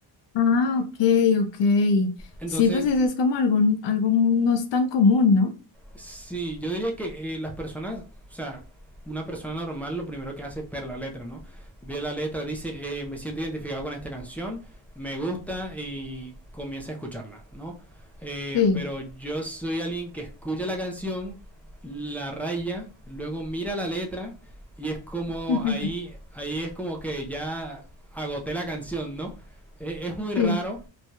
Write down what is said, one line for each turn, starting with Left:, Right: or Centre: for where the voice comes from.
Left: Ah, ok, ok.
Centre: Entonces,
Left: Sí, pues eso es como algo, algo no es tan común, ¿no?
Centre: Sí, yo diría que eh, las personas, o sea, una persona normal lo primero que hace es ver la letra, ¿no? Ve la letra, dice, eh, me siento identificado con esta canción, me gusta y comienza a escucharla, ¿no? Eh,
Left: Sí,
Centre: pero yo soy alguien que escucha la canción, la raya, luego mira la letra y es como
Left: <laughs>
Centre: ahí, ahí es como que ya agoté la canción, ¿no? Eh, es muy raro
Left: sí,